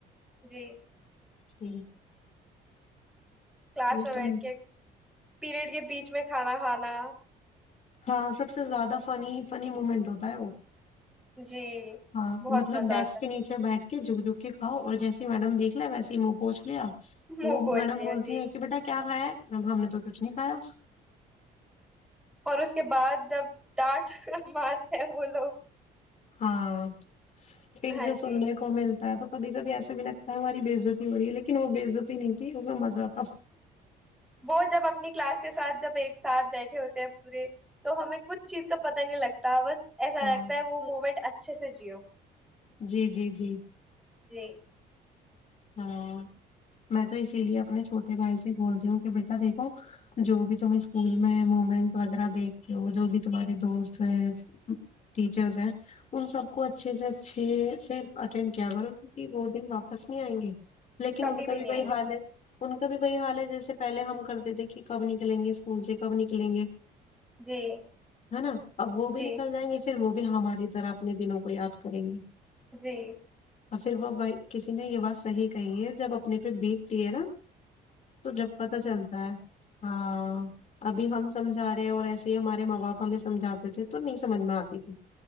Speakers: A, in the centre; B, on the left (about 45°).
A: جی
B: ہوں
A: کلاس
B: یہ
A: میں
B: تو
A: بیٹھ کے پیریڈ کے بیچ میں کھانا کھانا
B: ہاں سب سے زیادہ فنی فنی مومنٹ ہوتا ہے وہ
A: جی
B: ہاں
A: بہت
B: مطلب
A: مزہ
B: ڈیسک
A: آتا
B: کے نیچے بیٹھ جھک جھک کے کاؤ اور جیسے میڈم دیکھ لے ویسے منہ پوچ لیا
A: ہے منہ
B: وہ
A: پہنچ
B: میڈم
A: لیا
B: بولتی
A: جی
B: ہیں کہ بیٹا کیا کھایا ہے اب ہم نے تو کچھ نہیں کھایا
A: اور اس کے بعد جب ڈانٹ مجتے ہیں وہ لوگ
B: ہاں پھر
A: ہاں
B: جو سننے
A: جی
B: کو ملتا ہے تو کبھی کبھی ایسا بھی لگتا ہے ہماری بےزتی ہو رہی ہے لیکن وہ بے عزتی نہیں تھی اس کا مزہ تھا
A: وہ جب اپنی کلاس کے ساتھ جب ایک ساتھ بیٹھے ہوتے ہیں پورے تو ہمیں کچھ چیز کا پت نہیں لگتا بس ایسا
B: ہاں
A: لگتا ہے وہ موومنٹ اچھے سے سجیو
B: جی جی جی
A: جی
B: ہاں میں تو اسی لیے اپنے چھوٹے بھائی سے بولتی ہوں کہ بیٹا دیکھو جو بھی تم اسکول میں مومنٹ وغیرہ دیکھتے ہو جو بھی تمہارے دوست ہیں ٹیچرس ہیں ان سب کو اچھے سے اچھے سے اٹینڈ کیا کرو کیوںکہ وہ دن واپس نہیں آئیں گے لیکن
A: کبھی
B: ان کا بھی
A: نہیں
B: بائی
A: آئیں گے
B: حالت ان کا بھی بی حال ہے جیسے پہلے ہم کرتے تھے کہ کب نکلیں گے اسکول سے کب نکلیں گے
A: جی
B: ہے نا اب وہ بھی
A: جی
B: نکل جائیں گے پھر وہ بھی ہماری طرح اپنے دنوں کو یاد کریں گے
A: جی
B: اور پھر وہ بائی کسی نہیں یہ بات صح کہی ہے جب اپنے پہ بیتتی ہے نا تو جب پتا چلتا ہے ہاں ابھی ہم سمجھا رہے ہیں اور ایسے ہی ہمارے ماں باپ ہمیں سمجھاتے تھے تو نہیں سمجھ میں آتی تھی